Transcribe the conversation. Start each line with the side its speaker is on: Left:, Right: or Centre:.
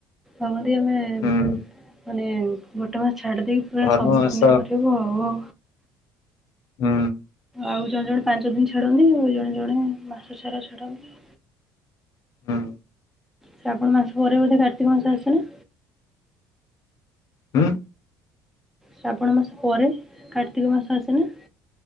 Centre: ଭାବନ୍ତି ଆମେ ମାନେ
Left: ହୁଁ
Centre: ଗୋଟେ ମାସ ଛାଡି ଦେଇକି ପୁରା
Left: ଧର୍ମ
Centre: ସବୁ
Left: ମାସ
Centre: ପୁଣ୍ୟ କରିବୁ ଆଉ ହଉ
Left: ହୁଁ।
Centre: ଆଉ ଜଣେ ଜଣେ ପାଞ୍ଚ ଦିନ ଛାଡ଼ନ୍ତି ଆଉ ଜଣେ ଜଣେ ମାସ ସାରା ଛାଡ଼ନ୍ତି।
Left: ହୁଁ।
Centre: ଶ୍ରାବଣ ମାସ ପରେ ବଧେ କାର୍ତ୍ତିକ ମାସ ଆସେନା।
Left: ହୁଁ।
Centre: ଶ୍ରାବଣ ମାସ ପରେ କାର୍ତ୍ତିକ ମାସ ଆସେ ନା?